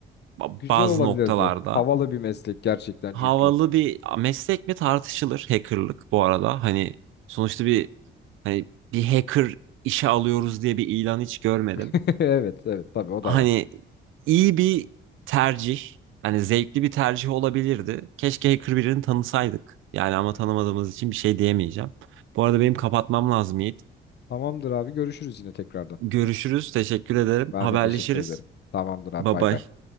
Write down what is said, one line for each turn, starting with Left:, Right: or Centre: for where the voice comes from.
Right: ba-
Left: Güzel
Right: bazı
Left: olabilirdi.
Right: noktalarda.
Left: Havalı bir meslek gerçekten
Right: Havalı
Left: çünkü.
Right: bir meslek mi tartışılır hackerlık bu arada. Hani sonuçta bir hani bir hacker işe alıyoruz diye bir ilan hiç görmedim.
Left: <laughs> Evet, evet tabii o
Right: Hani
Left: da var.
Right: iyi bir tercih, hani zevkli bir tercih olabilirdi. Keşke hacker birini tanısaydık. Yani ama tanımadığımız için bir şey diyemeyeceğim. Bu arada benim kapatmam lazım Yiğit.
Left: Tamamdır abi. Görüşürüz yine tekrardan.
Right: Görüşürüz. Teşekkür ederim.
Left: Ben
Right: Haberleşiriz.
Left: de teşekkür ederim. Tamamdır abi.
Right: Bye
Left: Bay
Right: bye.
Left: bay.